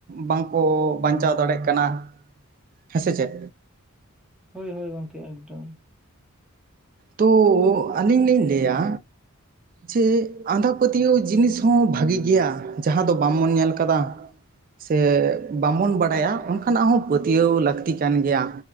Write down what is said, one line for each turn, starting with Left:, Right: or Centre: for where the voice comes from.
Right: ᱵᱟᱝᱠᱚ ᱵᱟᱧᱪᱟᱣ ᱫᱟᱲᱮᱜ ᱠᱟᱱᱟ᱾ ᱦᱮᱸ ᱥᱮ ᱪᱮᱫ?
Centre: ᱦᱳᱭ ᱦᱳᱭ ᱜᱚᱢᱠᱮ ᱮᱠᱫᱚᱢ᱾
Right: ᱛᱚ ᱟᱹᱞᱤᱧ ᱞᱤᱧ ᱞᱟᱹᱭᱟ ᱡᱮ ᱟᱸᱫᱷᱟ ᱯᱟᱹᱛᱭᱟᱹᱣ ᱡᱤᱱᱤᱥ ᱦᱚᱸ ᱵᱷᱟᱹᱜᱤ ᱜᱮᱭᱟ ᱡᱟᱦᱟᱸ ᱫᱚ ᱵᱟᱵᱚᱱ ᱧᱮᱞ ᱠᱟᱫᱟ᱾ ᱥᱮ ᱵᱟᱵᱚᱱ ᱵᱟᱲᱟᱭᱟ ᱚᱱᱠᱟᱱᱟᱜ ᱦᱚᱸ ᱯᱟᱹᱛᱭᱟᱹᱣ ᱞᱟᱹᱠᱛᱤ ᱠᱟᱱ ᱜᱮᱭᱟ᱾